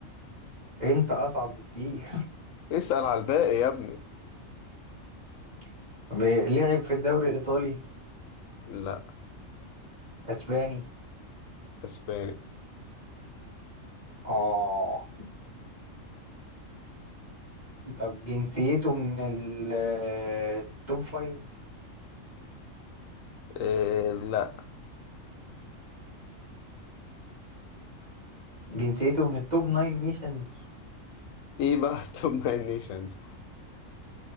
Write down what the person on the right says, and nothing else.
انت اصعب بكتير
<laughs> ب- لعب في الدوري الايطالي
اسباني
اه طب جنسيته من التوب فايف
جنسيته من التوب ناين نيشنز